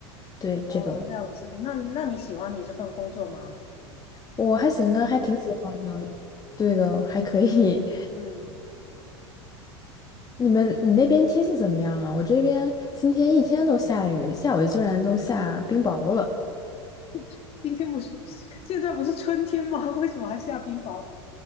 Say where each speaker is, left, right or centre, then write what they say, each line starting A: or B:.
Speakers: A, on the left (about 25°); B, on the left (about 40°).
A: 对，
B: 哦，
A: 这个
B: 这样子，那那你喜欢你这份工作吗？
A: 我还行啊，还挺喜欢的。对的，还可以。
B: 嗯，
A: 你们你那边天气怎么样啊？我这边今天一天都下雨，下午竟然都下冰雹了，
B: <laughs> 今天不是，现在不是春天吗？<laughs> 为什么还下冰雹？